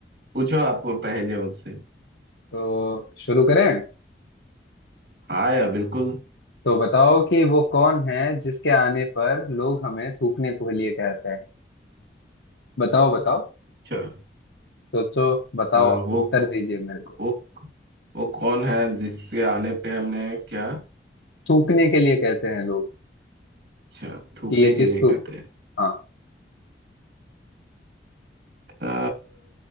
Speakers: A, on the right; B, on the left.
A: पूछो आपको पहेलियाँ मुझसे
B: तो शुरू करें
A: हाँ यार बिल्कुल
B: तो बताओ कि वो कौन है जिसके आने पर लोग हमें थूकने को लिए कहते हैं बताओ बताओ
A: चलो
B: सोचो बताओ
A: आ, वो
B: उत्तर दीजिए मेरे को
A: वो वो कौन है जिसके आने पे हमने क्या
B: थूकने के लिए कहते हैं लोग
A: अच्छा थूकने
B: कि ये चीज
A: के लिए
B: थूक
A: कहते
B: दो।
A: हैं
B: हाँ
A: आ,